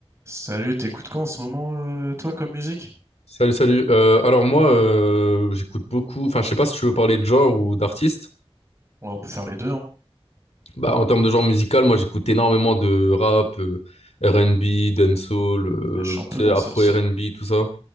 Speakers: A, on the right (about 25°); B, on the left (about 90°).
A: Salut, t'écoutes quoi en ce moment, euh, toi, comme musique?
B: Salut, salut. Euh, alors moi, euh, j'écoute beaucoup. Enfin, je sais pas si tu veux parler de genre ou d'artiste.
A: Ouais, on peut faire les deux, hein.
B: Bah, en termes de genre musical, moi, j'écoute énormément de rap, euh, R&B, dancehall, euh,
A: Là, je suis un peu
B: tu
A: dans
B: sais, afro
A: ça aussi.
B: R&B, tout ça.